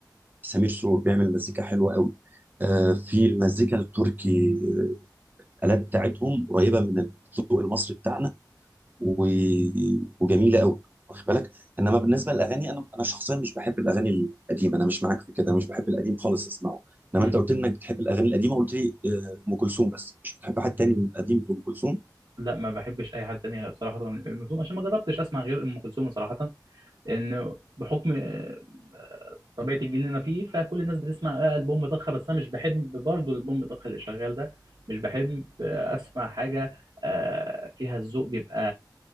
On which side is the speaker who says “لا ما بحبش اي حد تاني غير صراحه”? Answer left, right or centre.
Right